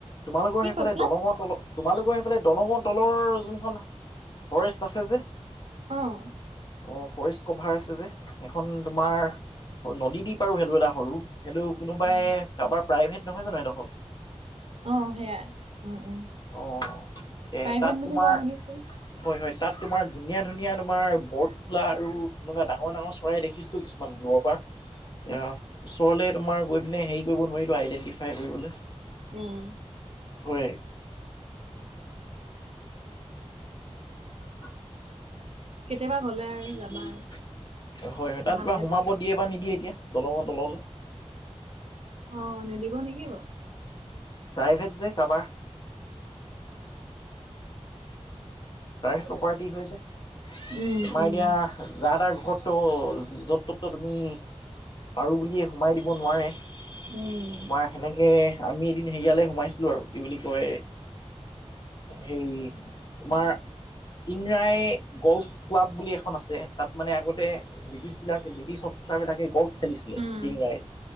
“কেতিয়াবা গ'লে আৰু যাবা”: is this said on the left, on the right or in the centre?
Right